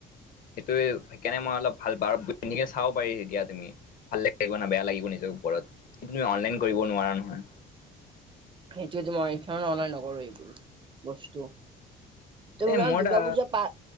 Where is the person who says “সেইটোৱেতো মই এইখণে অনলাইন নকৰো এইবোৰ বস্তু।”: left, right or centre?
Right